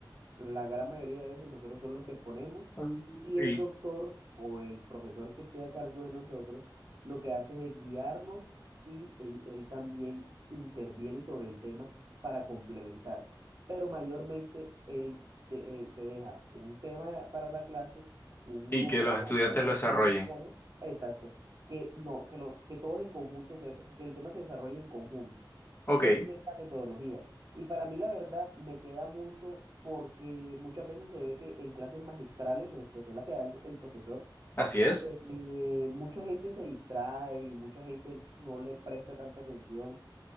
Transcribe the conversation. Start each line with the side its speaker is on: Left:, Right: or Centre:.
Right: la gran mayoría de veces nosotros somos los que exponemos
Left: Mm.
Right: y
Left: Y,
Right: el doctor o el profesor que esté a cargo de nosotros lo que hace es guiarnos y él, él también interviene sobre el tema para complementar. Pero mayormente él de- eh, se deja un tema para la clase, un
Left: y
Right: grupo
Left: que los estudiantes
Right: o una persona
Left: lo desarrollen.
Right: lo expone, exacto, que no, que, lo, que todos en conjunto, se, des- que el tema se desarrolle en conjunto.
Left: Ok,
Right: Esa es la metodología. Y para mí, la verdad, me queda mucho porque muchas veces se ve que en clases magistrales, es que son las que da el, el profesor,
Left: así es,
Right: eh, eh, mucha gente se distrae y mucha gente no le presta tanta atención